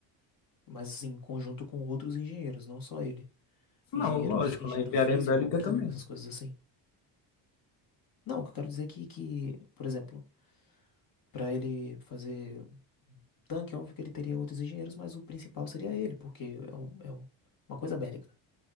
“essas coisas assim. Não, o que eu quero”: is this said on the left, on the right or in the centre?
Left